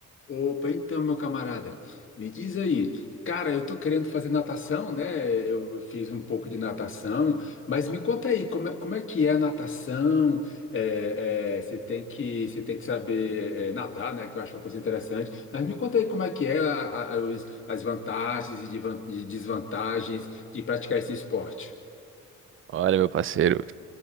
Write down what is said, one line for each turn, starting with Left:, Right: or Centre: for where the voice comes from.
Left: Opa, então, meu camarada, me diz aí, cara, eu tô querendo fazer natação, né? Eu fiz um pouco de natação, mas me conta aí, como é, como é que é a natação? É, é, você tem que, você tem que saber é, é, nadar, né? Que eu acho uma coisa interessante. Mas me conta aí como é que é a- a- os- as vantagens e devan- e desvantagens de praticar esse esporte.
Right: Olha, meu parceiro,